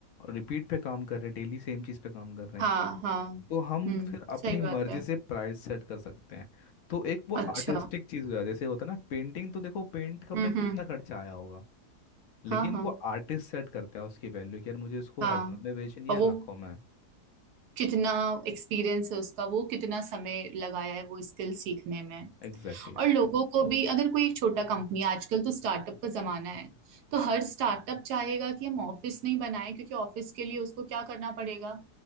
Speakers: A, on the left; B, on the right.
A: रिपीट पे काम कर रहे हैं डेली सेम चीज़ पे काम कर रहे
B: हाँ
A: हैं
B: हाँ
A: तो हम
B: हम्म
A: फिर अपनी
B: सही
A: मर्जी
B: बात है
A: से प्राइस सेट कर सकते हैं तो एक वो
B: अच्छा
A: आर्टिस्टिक चीज़ हो जाती है जैसे होता है ना पेंटिंग तो देखो पेंट का मैं
B: हम्म
A: कितना
B: हम्म
A: खर्चा आया होगा लेकिन
B: हाँ हाँ
A: वो आर्टिस्ट सेट करता है उसकी वैल्यू कि यार मुझे इसको
B: हाँ
A: हज़ार में बेचनी
B: और
A: है
B: वो
A: लाखों में
B: कितना एक्सपीरियंस है उसका वो कितना समय लगाया है वो स्किल सीखने में
A: Exactly exactly.
B: और लोगों को भी अगर कोई एक छोटा कंपनी आजकल तो स्टार्टअप का जमाना है तो हर स्टार्टअप चाहेगा कि हम ऑफिस नहीं बनाए क्योंकि ऑफिस के लिए उसको क्या करना पड़ेगा